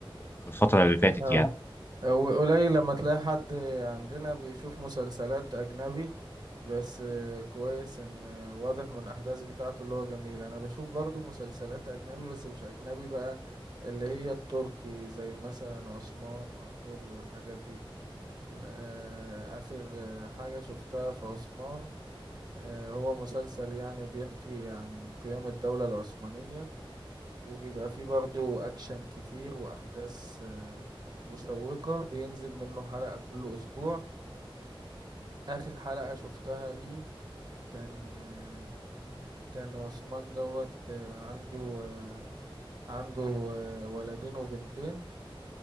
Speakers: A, on the left; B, on the right.
A: في الفتره اللي فاتت
B: اه
A: يعني
B: وقليل لما تلاقي حد عندنا بيشوف مسلسلات أجنبي بس آه، كويس إن آه، واضح من الأحداث بتاعته اللي هو جميل أنا بشوف برضو مسلسلات أجنبي بس مش أجنبي بقى اللي هي التركي زي مثلا عثمان وأرطغرل والحاجات دي ال- آه، آخر آه، حاجة شفتها في عثمان آه، هو مسلسل يعني بيحكي عن قيام الدولة العثمانية وبيبقى فيه برضه أكشن كتير وأحداث آه، مشوقة بينزل منه حلقة كل أسبوع آخر حلقة شفتها ليه كان آه، كان عثمان دوت آه، عنده آه، عنده آه، ولدين وبنتين